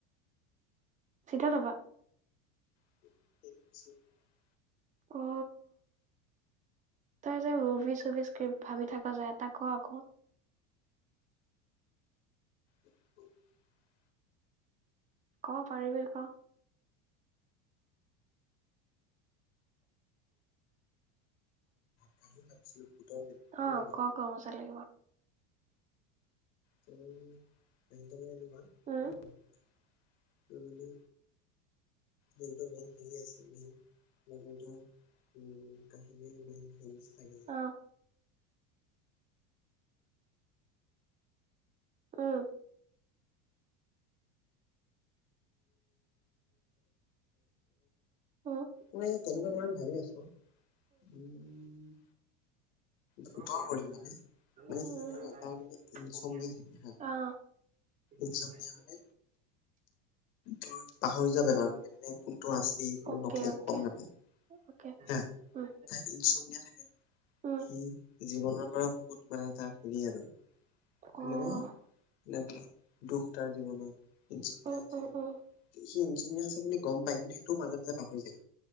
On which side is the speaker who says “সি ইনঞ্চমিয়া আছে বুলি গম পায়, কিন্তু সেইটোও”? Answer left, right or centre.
Left